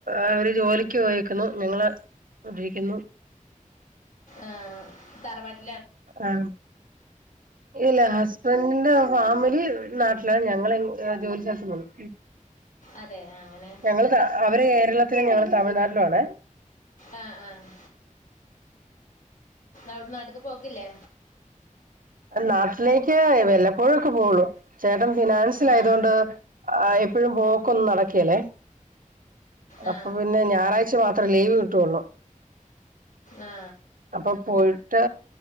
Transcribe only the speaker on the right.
അവര് ജോലിക്ക് യിക്കുന്നു ഞങ്ങള് ഇണ്ടിരിക്കുന്നു
ആഹ് ഇല്ല ഹസ്ബണ്ടിന്റെ ഫാമിലി നാട്ടിലാണ് ഞങ്ങ ജോലി ശേഷം വന്നു
ഞങ്ങള് അവര് കേരളത്തിലും ഞങ്ങൾ തമിഴ്നാട്ടിലും ആണ്
നാട്ടിലേക്ക് വല്ലപ്പോഴൊക്കെ പോവുള്ളു ഫിനാൻസിൽ
ആയത് കൊൊണ്ട് എപ്പോഴും പോക്കൊന്നും നടക്കിയല്ലേ
അപ്പൊ പിന്നെ ഞായറാഴ്ച മാത്രേ ലീവ് കിട്ടയുള്ളൂ
അപ്പൊ പോയിട്ട്